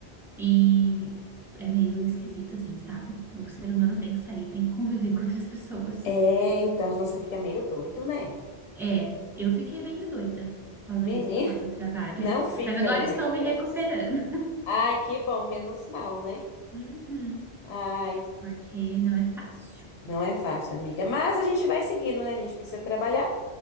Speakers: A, in the centre; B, on the left.
A: e é meio esquisito, assim, sabe? O ser humano tem que sair, tem que conviver <laughs> com outras pessoas.
B: É, então, senão você fica meio doido, né?
A: É, eu fiquei bem doida por causa
B: Menino,
A: disso, por causa do trabalho.
B: <laughs> não
A: <laughs>
B: fique,
A: Mas
B: pelo
A: agora
B: amor
A: estou
B: de
A: me
B: Deus.
A: recuperando.
B: Ai, que bom, menos mal, né?
A: Uhum,
B: Ai,
A: porque não é fácil.
B: não é fácil, amiga. Mas a gente vai seguindo, né? A gente precisa trabalhar.